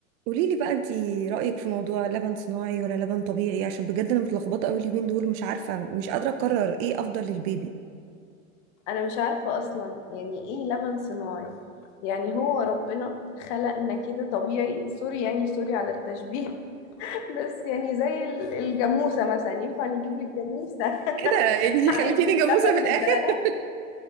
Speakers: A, on the right; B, on the left.
A: قولي لي بقى انتي رأيك في موضوع لبن صناعي ولا لبن طبيعي عشان بجد انا متلخبطة قوي اليومين دول مش عارفة مش قادرة اقرر ايه افضل للبيبي
B: انا مش عارفة اصلا يعني ايه لبن صناعي يعني هو ربنا خلقنا كده طبيعي سوري يعني سوري على التشبيه <laughs> بس يعني زي ال- الجاموسة مثلا ينفع نجيب لك جاموسة
A: كده
B: <laughs>
A: انتي
B: علبة
A: خليتيني
B: لبن
A: جاموسة في الاخر
B: نديها لها